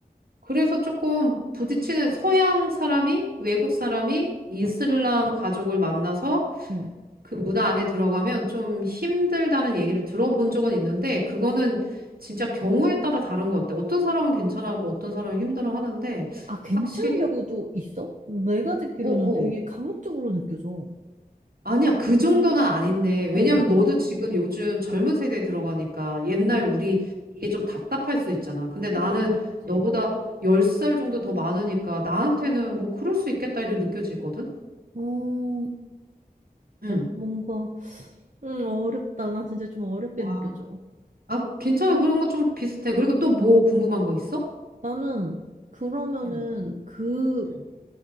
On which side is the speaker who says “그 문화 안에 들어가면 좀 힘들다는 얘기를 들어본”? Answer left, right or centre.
Right